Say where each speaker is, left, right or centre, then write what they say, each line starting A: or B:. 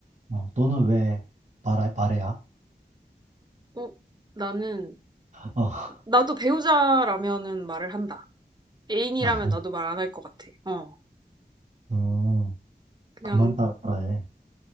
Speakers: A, on the right; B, on the right.
A: 어, 너는 왜 말해, 말해야?
B: 어, 나는,
A: 어,
B: 나도 배우자라면은 말을 한다. 애인이라면
A: 아,
B: 나도 말 안 할 것 같아. 어,
A: 음,
B: 그냥
A: 그만 따라해.